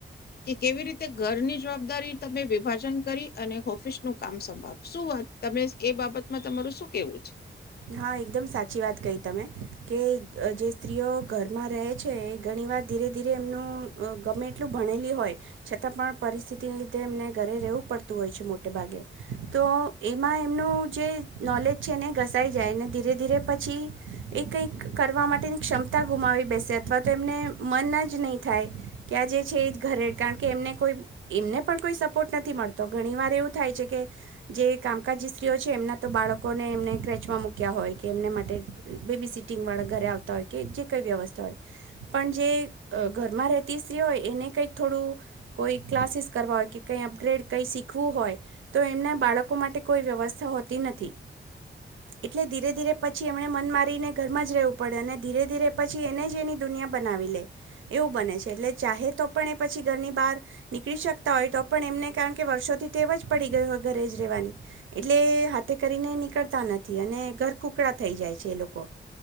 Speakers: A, on the left; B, on the right.
A: કે કેવી રીતે ઘરની જવાબદારી તમે વભા અને ઓફિસ નું કામ સંભળ શુંત તમે એ બાબતમાં તમારું શું કેવું છે.
B: હા એકદમ સાચી વાત કહી તમે કે જે સ્ત્રીઓ ઘરમાં રહે છે એ ઘણી વાર ધીરે ધીરે એમનું ગમે એટલું ભણેલી હોય છતાં પણ પરિસ્થિતિને લીધે એમને ઘરે રહેવું પડતું હોય છે મોટે ભાગે તો એમાં એમનું જે નોલેજ છે ને ઘ ાય ધીરે ધીરે પછી એ કંઈક કરવા માટેની ક્ષમતા ગુમાવી બેસે અથવા તો એમને મન જ નહી થાય કે આ જે છે એ ઘરે કારણ કે એમને કોઈ એમને પણ કોઈ સપોર્ટ નથી મળતો ઘણી વાર એવું થાય છે કે જે કામકાજજી સ્ત્રીઓ છે એમના તો બાળકોને એમને કચ ચ મક્યા હોય કે એમને માટે બેબી સિટિંગ વાળા ઘરે આવતા હોય કે જે કઈ વ્યવસ્થા હોય પણ જે ઘરમાં રહેતી સ્ત્રી હોય એને કઈક થોડું કોઈ ક્લાસીસ કરવા હોય કે કઈ અપગ્રેડ કઈ શીખવું હોય તો એમના બાળકો માટે કોઈ વ્યવસ્થા હોતી નથી. એટલે ધીરે ધીરે પછી એમને મન મારીને ઘરમાં જ રહેવું પડે અને ધીરે ધીરે પછી એને જ એની દુનિયા બનાવી લે એવું બને છે એટલે ચાહે તો પણ એ પછી ઘરની બહાર નીકળી શકતા હોય તો પણ એમને કારણ કે વર્ષોથી તેવ જ પડી ગય હોય ઘરે જ રહેવાની એટલે એ હાથે કરીને નીકળતા નથી. અને ઘરકુકડા થઈ જાય છે એ લોકો